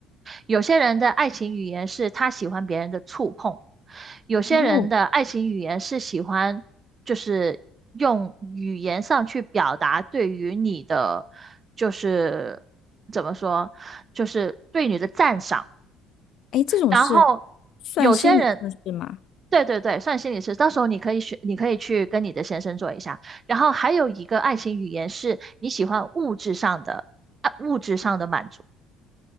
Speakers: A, on the right (about 30°); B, on the left (about 60°).
A: 有些人的爱情语言是他喜欢别人的触碰，有些人的爱情语言是喜欢，
B: 哦，
A: 就是用语言上去表达对于你的，就是怎么说，就是对你的赞赏。
B: 哎，这种是
A: 然后
B: 算心理测试吗
A: 有些人，对对对，算心理师，到时候你可以选，你可以去跟你的先生做一下。然后还有一个爱情语言是你喜欢物质上的，啊，物质上的满足。